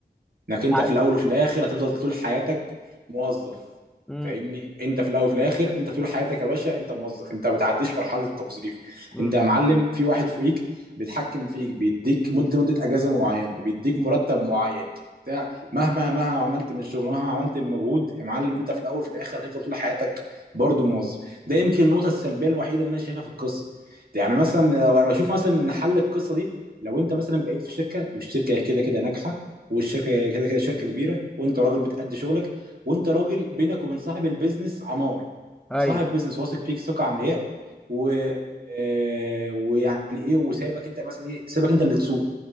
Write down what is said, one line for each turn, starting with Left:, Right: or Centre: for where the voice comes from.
Right: انك
Centre: ده
Right: انت
Centre: عادي
Right: في الاول وفي الاخر هتفضل طول حياتك موظف
Centre: امم
Right: فاهمني انت في الاول وفي الاخر انت طول حياتك يا باشا انت موظف انت ما بتعديش مرحله التوظيف
Centre: امم
Right: انت يا معلم في واحد فوقيك بيتحكم فيك بيديك مده مده اجازه معينه وبيديك مرتب معين بتاع مهما مهما عملت من الشغل مهما عملت من مجهود يا معلم انت في الاول وفي الاخر هتفضل طول حياتك برضه موظف ده يمكن النقطه السلبيه الوحيده اللي انا شايفها في القصه دي. يعني مثلا لو انا بشوف مثلا إن حل القصه دي لو انت مثلا بقيت في شركه والشركه كده كده ناجحه والشركه كده كده شركه كبيره وانت راجل بتأدي شغلك وانت راجل بينك وبين صاحب البيزنس عمار
Centre: ايوه
Right: فصاحب بيزنس واثق فيك ثقه عمياء و آه، ويعني ايه وسايبك انت مثلا ايه سايبك انت اللي تسوق